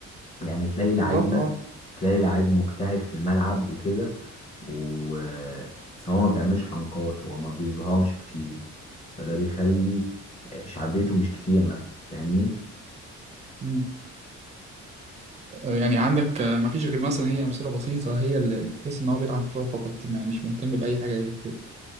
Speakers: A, on the left; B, on the right.
A: يعني تلاقي لعيب
B: بالظبط اه
A: مثلا تلاقي لعيب مجتهد في الملعب وكده و آه، بس هو ما بيعملش حنكات هو ما بيظهرش كتير فده بيخلي آه، شعبيته مش كتيرة فاهمني
B: مم. آه، يعني عندك آه، ما فيش غير مثلا هي امثله بسيطه هي اللي اللي تحس ان هو بيلعب كوره فقط ما يعني مش مهتم باي حاجه غير كده